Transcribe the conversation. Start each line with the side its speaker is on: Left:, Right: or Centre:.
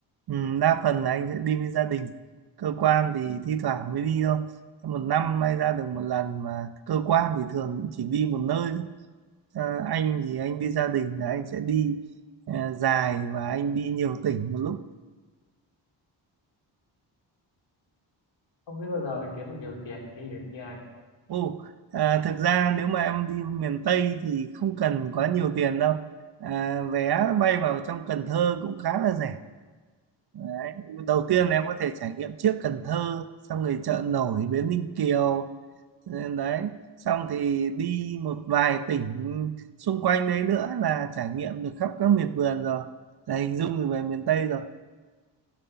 Right: ừ, đa phần là anh sẽ đi với gia đình cơ quan thì thi thoảng mới đi thôi một năm may ra được một lần mà cơ quan thì thường cũng chỉ đi một nơi thôi Ờ, anh thì anh đi gia đình là anh sẽ đi ờ, dài và anh đi nhiều tỉnh một lúc.
Left: không biết bao giờ mới kiếm được nhiều tiền để đi được như anh
Right: Ồ, à, thực ra nếu mà em đi miền Tây thì không cần quá nhiều tiền đâu. À, vé bay vào trong Cần Thơ cũng khá là rẻ. Đấy. Đầu tiên em có thể trải nghiệm trước Cần Thơ, xong rồi chợ nổi Bến Ninh Kiều, ờ, đấy. Xong thì đi một vài tỉnh xung quanh đấy nữa là trải nghiệm được khắp các miệt vườn rồi. Là hình dung được về miền Tây rồi.